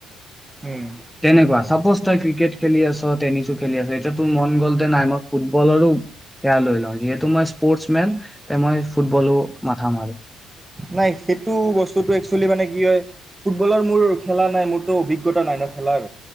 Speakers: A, on the right; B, in the centre.
A: উম উম
B: তেনেকুৱা, চাপোজ তই ক্ৰিকেট খেলি আছ টেনিছো খেলি আছোঁ, এতিয়া তোৰ মন গ'লতে নাই মই ফুটবলৰো সেয়া লৈ লওঁ যিহেতু মই স্পৰ্টচ মেন তে মই ফুটবলো মাথা মাৰ।
A: নাই সেইটো বস্তুটো একচুৱেলি মানে কি হয়, ফুটবলৰ মোৰ খেলা নাই মোৰ তো অভিজ্ঞতা নাই ন', খেলাৰ।